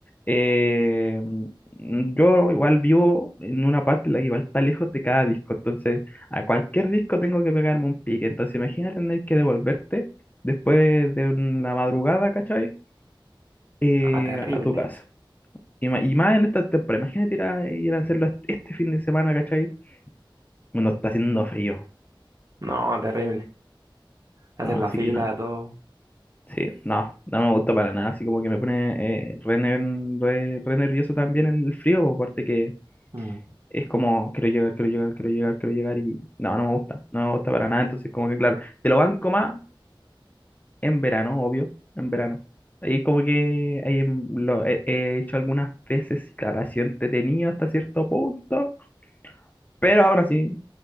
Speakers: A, on the left (about 20°); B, on the right (about 40°).
A: eh, mm, yo igual vivo en una parte en la que igual está lejos de cada disco. Entonces a cualquier disco tengo que pegarme un pique. Entonces imagina tener que devolverte después de una madrugada, ¿cachai? Eh,
B: Ah, terrible.
A: a tu casa. Y ma- y más en esta temporada. Imagínate ir a, ir a hacerlo este este fin de semana, ¿cachai? Bueno, está haciendo frío.
B: No, terrible. Hacer
A: No,
B: la
A: así
B: fila,
A: que no.
B: todo.
A: Sí, no, no me gusta para nada, así como que me pone eh, re, ner- re- re nervioso también el frío, aparte que
B: Mm.
A: es como, quiero llegar, quiero llegar, quiero llegar, quiero llegar y no, no me gusta, no me gusta para nada, entonces como que claro, te lo banco más en verano, obvio, en verano. Ahí como que ahí lo he, he hecho algunas veces y claro, ha sido entretenido hasta cierto punto, pero ahora sí,